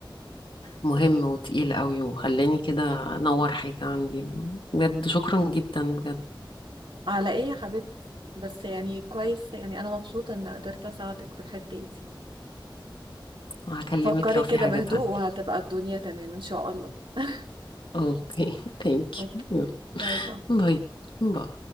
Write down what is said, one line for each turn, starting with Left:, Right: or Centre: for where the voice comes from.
Left: مهم وتقيل قوي وخلاني كده انور حاجه عندي بجد شكرا جدا بجد
Right: على ايه يا حبيبتي بس يعني كويس يعني انا مبسوطة ان قدرت اساعدك في الحتة دي
Left: هكلمك
Right: فكري
Left: لو
Right: كده
Left: في حاجه
Right: بهدوء
Left: تانية
Right: وهتبقى الدنيا تمام ان شاء الله <laughs>
Left: اوكي ثانك
Right: اوكي
Left: يو يلا
Right: باي باي
Left: باي باي